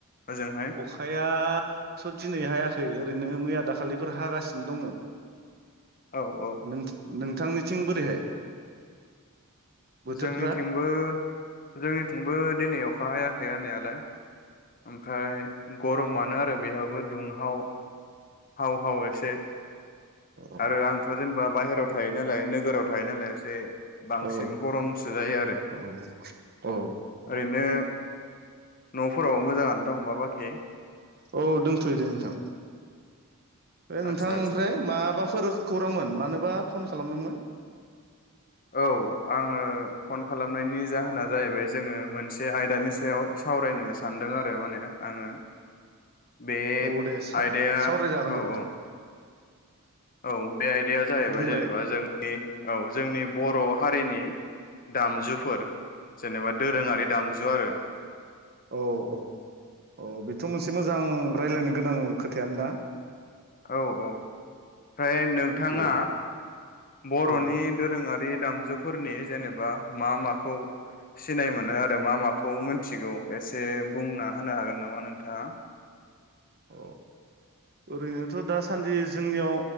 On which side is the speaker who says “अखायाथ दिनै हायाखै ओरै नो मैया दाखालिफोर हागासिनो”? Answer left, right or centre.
Right